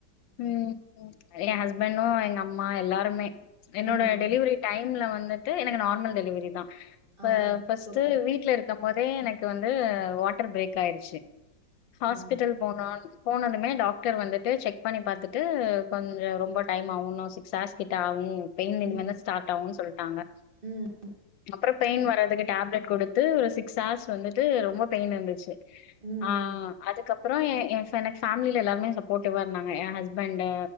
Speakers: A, on the left; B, on the right.
A: ம் எ ஹஸ்பண்டு எங்க அம்மா எல்லாருமே என்னோட
B: ம் ம்
A: டெலிவரி டைம்ல வந்துட்டு எனக்கு நார்மல் டெலிவரி தான்
B: ஆ
A: ஃபர்ஸ்ட்டு
B: சூப்பர்
A: வீட்ல இருக்க முதே எனக்கு வந்து வாட்டர் பிரேக் ஆயிருச்சு ஹாஸ்பிட்டல்
B: ம்
A: போனோ போனதுமே டாக்டர் வந்துட்டு செக் பண்ணி பார்த்துட்டு கொஞ்ச ரொம்ப டைம் ஆவூ சிக்ஸ் ஹவர்ஸ் கிட்ட ஆவூ பெயின் இனிமேல்
B: ம்
A: தான் ஸ்டார்ட் ஆகு சொல்லிட்டாங்க
B: ம்
A: அப்புறம் பெயின் வர் அதுக்கு டேப்லட் கொடுத்து சிக்ஸ் ஹவர்ஸ் வந்துட்டு ரொம்ப பெயிண்இருந்துச்சு
B: ம்
A: ஆ அதுக்கப்புற அப்புறம் என் எனக்கு ஃபேமில எல்லருமே சப்போர்ட்டிவா இருந்தாங்க என் ஹஸ்பண்ட்டு